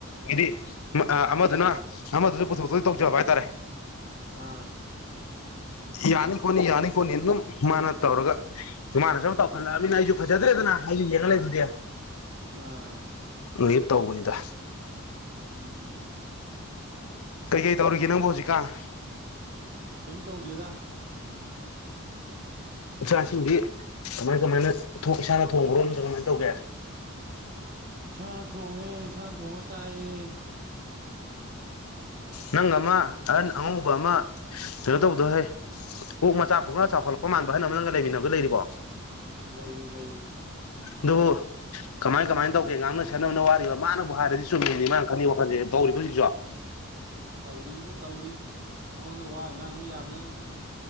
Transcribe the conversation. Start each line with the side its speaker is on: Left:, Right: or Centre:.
Left: ꯍꯥꯏꯗꯤ ꯑꯃꯗꯨꯅ ꯑꯃꯗꯨꯗ ꯄꯨꯊꯣꯛꯇꯣꯏ ꯇꯧꯖꯕ ꯍꯥꯏꯇꯥꯔꯦ
Right: ꯑꯥ
Left: ꯌꯥꯅꯤ ꯈꯣꯠꯅꯤ ꯌꯥꯅꯤ ꯈꯣꯠꯅꯤ ꯑꯗꯨꯝ ꯃꯥꯅ ꯇꯧꯔꯒ ꯑꯗꯨꯨ ꯃꯥꯅꯁꯨ ꯇꯧꯈꯠꯂꯛꯑꯕꯅꯤꯅ ꯑꯩꯁꯨ ꯐꯖꯗ꯭ꯔꯦꯗꯅ ꯑꯩꯁꯨ ꯌꯦꯡꯉ ꯂꯩꯕꯗꯨꯗꯤ
Right: ꯑꯥ
Left: ꯑꯗꯒꯤ ꯇꯧꯕꯅꯤꯗ
Right: ꯎꯝ
Left: ꯀꯩꯀꯩ ꯇꯧꯔꯤꯒꯦ ꯅꯪꯕꯨ ꯍꯧꯖꯤꯛꯀꯥꯟ
Right: ꯀꯔꯤꯝ ꯇꯧꯗꯦꯗ
Left: ꯆꯥꯛ ꯏꯁꯤꯡꯗꯤ ꯀꯃꯥꯏ ꯀꯃꯥꯏꯅ ꯊꯣꯡ ꯏꯁꯥꯅ ꯊꯣꯡꯕ꯭ꯔꯣ ꯅꯠꯇ꯭ꯔꯒ ꯀꯃꯥꯏꯅ ꯇꯧꯒꯦ
Right: ꯏꯁꯥꯅ ꯊꯣꯡꯉꯦ ꯏꯁꯥꯅ ꯊꯣꯡꯉ ꯆꯥꯏꯌꯦ
Left: ꯅꯪ ꯑꯃ ꯑꯍꯟ ꯑꯉꯧꯕ ꯑꯃ ꯀꯩꯅꯣ ꯇꯧꯕꯗꯣ ꯍꯦ ꯑꯣꯛ ꯃꯆꯥ ꯄꯛꯈ ꯆꯥꯎꯈꯠꯂꯛꯄ ꯃꯥꯟꯕ ꯑꯍꯟ ꯑꯃ ꯅꯪꯒ ꯂꯩꯃꯤꯟꯅꯕꯗꯣ ꯂꯩꯔꯤꯕꯣ
Right: ꯂꯩꯔꯤ ꯂꯩꯔꯤ
Left: ꯑꯗꯣ ꯀꯃꯥꯏ ꯀꯃꯥꯏꯅ ꯇꯧꯒꯦ ꯉꯥꯡꯅ ꯁꯛꯅꯕꯅ ꯋꯥꯔꯤꯕ ꯃꯥꯅꯕꯨ ꯍꯥꯏꯔꯗꯤ ꯆꯨꯝꯃꯤꯅꯤ ꯃꯥꯅ ꯈꯜꯂꯤ ꯋꯥꯈꯜꯁꯦ ꯇꯧꯔꯤꯕꯣ ꯍꯧꯖꯤꯛ
Right: ꯑꯁ ꯇꯧꯔꯤꯕꯣ ꯇꯧꯔꯤ ꯃꯉꯣꯟꯗ ꯋꯥꯒ ꯉꯥꯡꯉꯨ ꯌꯥꯕꯖꯥꯠ ꯅꯠꯇꯦ